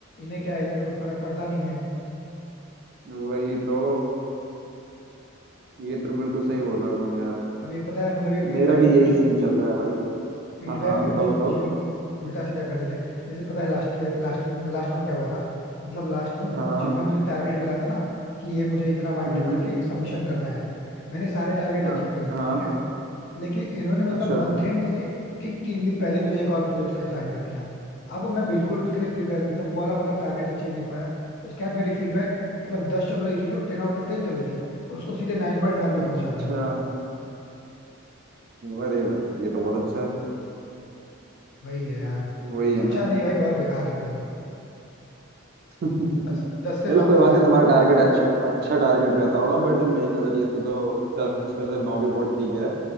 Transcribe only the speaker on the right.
वही तो ये तो बिल्कुल सही बोल रहे हो तुम यार
मेरा
भी यही
सीन
चल रहा है भाई
हाँ हाँ
बताओ
बताओ
हाँ हाँ
हम्म
हम्म,
हाँ
हाँ
अच्छा
अच्छा
अरे भाई ये तो बहुत अच्छा है
वही है
ना
<laughs>
चलो
कोई
बात नहीं
तुम्हारा टारगेट अच्छा अच्छा टारगेट रहता होगा बट मेरी नजरिए से तो दस में से नौ भी बहुत ठीक है